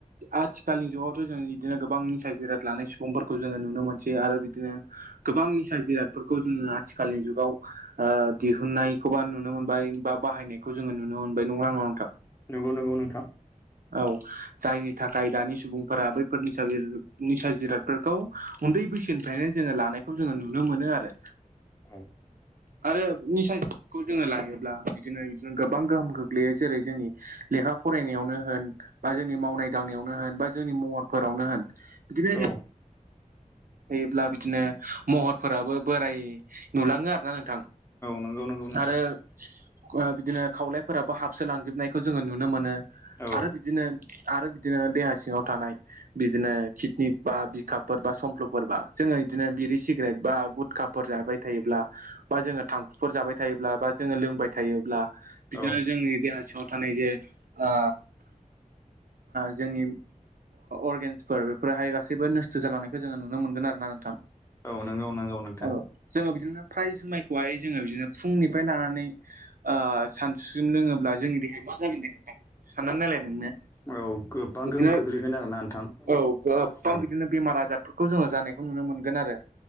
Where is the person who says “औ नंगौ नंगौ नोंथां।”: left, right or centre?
Left